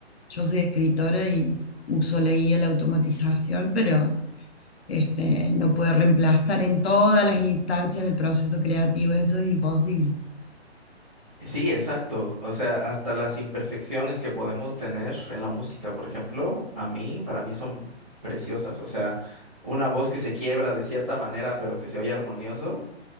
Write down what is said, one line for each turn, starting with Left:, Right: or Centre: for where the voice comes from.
Left: Yo soy escritora y uso la guía, la automatización, pero este, no puede reemplazar en todas las instancias del proceso creativo, eso es imposible.
Centre: Sí, exacto. O sea, hasta las imperfecciones que podemos tener en la música, por ejemplo, a mí, para mí son preciosas. O sea, una voz que se quiebra de cierta manera, pero que se oye armonioso,